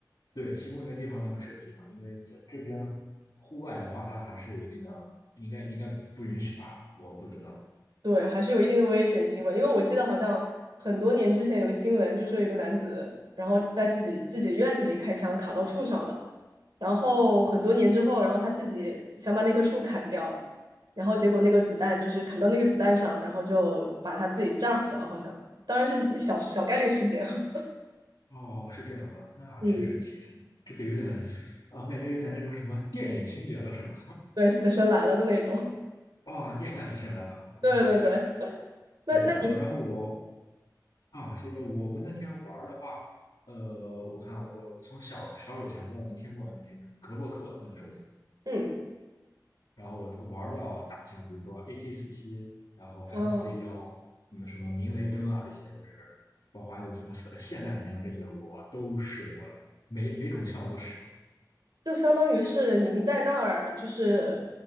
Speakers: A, on the left; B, on the right.
A: 对，提供一个地方他们射击嘛，因为在这边户外的话，它还是有一定的，应该应该不允许吧？我不知道。
B: 对，还是有一定的危险性嘛。因为我记得好像很多年之前有个新闻，就说有一个男子，然后在自己自己的院子里开枪卡到树上了，然后很多年之后，然后他自己想把那棵树砍掉，然后结果那个子弹就是砍到那个子弹上，然后就把他自己炸死了，好像。当然是小小概率事件啊，
A: 哦，是这样的，
B: <laughs>
A: 那确实甜，
B: 嗯
A: 这个有点啊，我感觉有点那种什么电影情节了，是吗？
B: 对，死神来了的那种。
A: <laughs> 啊，你也看《死神来了》哦，
B: <laughs> 对对对，
A: 那确实是。
B: 那那您，
A: 对，那然后我啊，其实我们那天玩的话，呃，我看我我从小小手枪，不知道您听过那个格洛克那个手枪。
B: 嗯，
A: 然后玩到大枪，比如说 AK 四七，然后 MC
B: 哦，
A: 幺，嗯，什么明雷灯啊这些，就是包括还有什么霰霰弹枪这些，我都试过了，每每种枪我都试过，
B: 就相当于是您在那儿，就是